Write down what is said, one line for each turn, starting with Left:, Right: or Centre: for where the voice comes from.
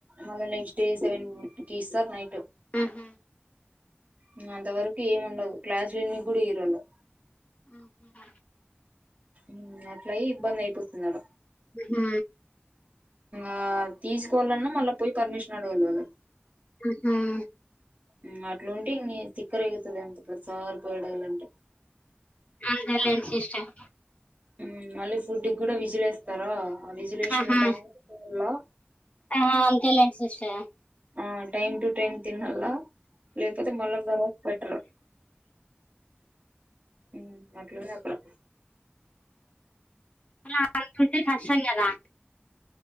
Right: మళ్ళీ నెక్స్ట్ డే సెవెన్కిస్తర్ నైట్
Left: ఆహా ఆహా
Right: మ్ అంతవర్క్ ఏముండదు క్లాసులు ఇన్నిక్ గుడ ఇయ్యరోళ్ళు
Left: అవునా
Right: మ్ అట్లై ఇబ్బందైపోతుందాడ
Left: మ్ హ్
Right: ఆ తీస్కోవాలన్న మళ్ళ పోయి పర్మిషన్ అడగాల్ వాళ్ళ
Left: అహ
Right: మ్ అట్లుంటే ఇంగి తిక్కరేగుతది అంతే ప్రతిసారి పోయి అడగాలంటే
Left: అంతేలే సిస్టర్
Right: మ్ మళ్ళీ ఫుడ్ గుడా విజిలేస్తారా ఆ విజిలేసిన
Left: ఆహా
Right: వెంటనే పోవాలా
Left: ఆ అంతేలేే సిస్టర్
Right: ఆ టైమ్ టు టైమ్ తినాల లేకపోతే మళ్ళ తర్వాత పెట్టరు. మ్ అట్లుంది అక్కడ
Left: మరి అంతుంటే కష్టం గదా